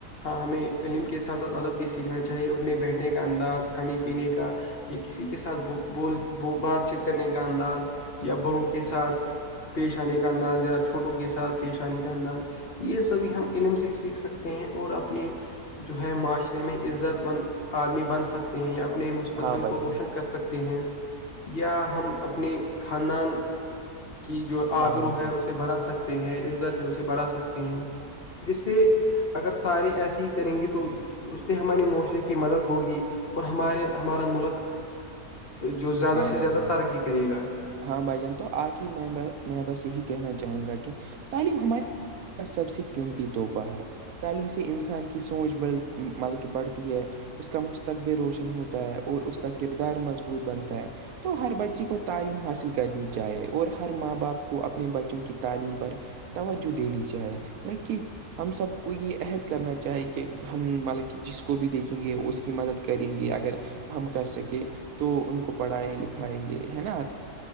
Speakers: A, on the left (about 45°); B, on the right (about 70°).
A: ہاں ہمیں علم کے ساتھ ساتھ ادب بھی سیکھنا چاہیے اٹھنے بیٹھنے کا انداز کھانے پینے کا یا کسی کے ساتھ بول بات چیت کرنے کا انداز یا بڑوں کے ساتھ پیش آنے کا انداز یا چھوٹوں کے ساتھ پیش آنے کا انداز یہ سبھی ہم علم سے سیکھ سکتے ہیں اور اپنی جو ہے معاشرے میں عزت بند آدمی بن سکتا ہیں یا اپنے مستقبل
B: ہاں بھائی
A: کو
B: جان
A: روشن کر سکتے ہیں یا ہم اپنی خاندان کی جو
B: ہاں
A: آبرو
B: بھائی
A: ہے
B: جان
A: اسے بڑا سک س ہیں عزت ہے اسے بڑھا سکتے ہیں جس سے اگر سارے ایسے ہی کریں گی تو اس سے ہمارے معاشرے کی مدد ہوگی اور ہمارے ہمارا ملک جو زیادہ
B: ہاں
A: سے
B: بھائی
A: زیادہ
B: جان
A: ترکی کرے گا
B: ہاں بھائی جان تو آخر میں میں بس یہی کہنا چاہوں گا کہ تعلیم ہمارے سب سے قیمتی تحفہ ہے تعلیم سے انسان کی سوچ بل مطلب کہ بڑھتی ہے اس کا مستقبل روشن ہوتا ہے اور اس کا کردار مضبوط بنتا ہے تو ہر بچے کو تعلیم حاصل کرنی چاہیے اور ہر ماں باپ کو اپنے بچوں کی تعلیم پر توجہ دینی چاہے لائک کہ ہم سب کو یہ عہد کرنا چاہے کہ ہم مطلب کہ جس کو بھی دیکھیں گے اس کی مدد کریں گے اگر ہم کر سکیں تو ان کو پڑھائیں لکھائیں گے ہے نا